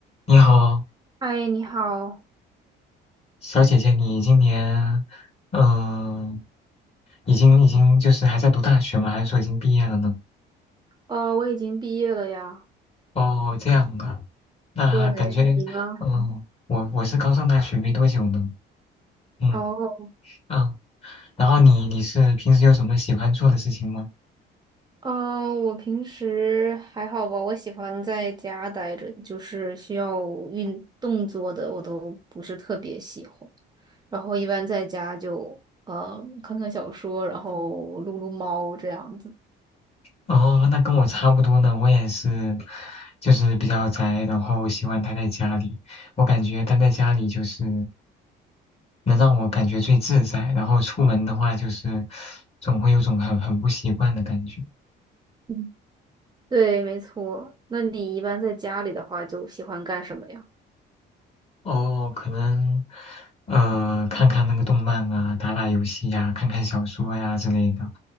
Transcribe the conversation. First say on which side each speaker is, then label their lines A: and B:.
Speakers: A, on the left; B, on the right.
A: 你好，
B: 嗨，你好，
A: 小姐姐，你今年，嗯，已经已经就是还在读大学吗？还是说已经毕业了呢？
B: 呃，我已经毕业了呀。
A: 哦，这样啊，那感觉，
B: 对，你呢？
A: 嗯，我我是刚上大学没多久呢，嗯
B: 哦，
A: 啊，然后你你是平时有什么喜欢做的事情吗？
B: 嗯，我平时还好吧，我喜欢在家待着，就是需要运动做的，我都不是特别喜欢。然后一般在家就呃看看小说，然后撸撸猫这样子。
A: 哦，那跟我差不多呢，我也是，就是比较宅，然后喜欢待在家里。我感觉待在家里就是能让我感觉最自在，然后出门的话就是总会有种很很不习惯的感觉。
B: 嗯，对，没错。那你一般在家里的话，就喜欢干什么呀？
A: 哦，可能呃看看那个动漫啊，打打游戏呀、看看小说呀、之类的，